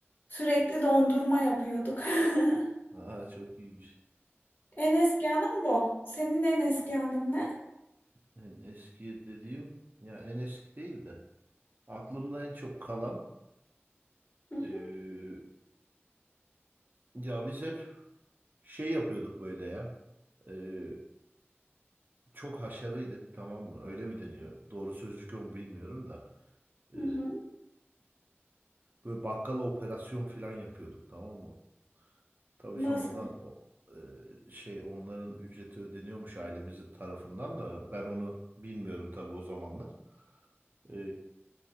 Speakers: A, on the left (about 45°); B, on the right (about 45°).
A: Sürekli dondurma yapıyorduk. <laughs>
B: Aa çok iyiymiş.
A: En eski anım bu. Senin en eski anın ne?
B: En eski dediğim ya en eski değil de aklımda en çok kalan
A: Hı hı
B: ee, ya biz hep şey yapıyorduk böyle ya. Ee, çok haşarıydık tamam mı? Öyle mi deniyor? Doğru sözcük o mu bilmiyorum da.
A: hı.
B: Ee,
A: hı.
B: Böyle bakkala operasyon falan yapıyorduk tamam mı? Tabii
A: Nasıl?
B: sonradan o, e, şey onların ücreti ödeniyormuş ailemizin tarafından da ben onu bilmiyorum tabii o zamanlar. E,